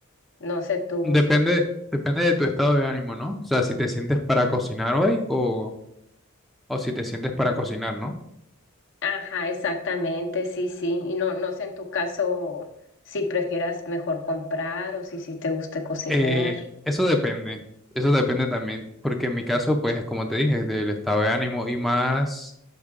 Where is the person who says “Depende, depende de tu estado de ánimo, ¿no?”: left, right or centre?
Centre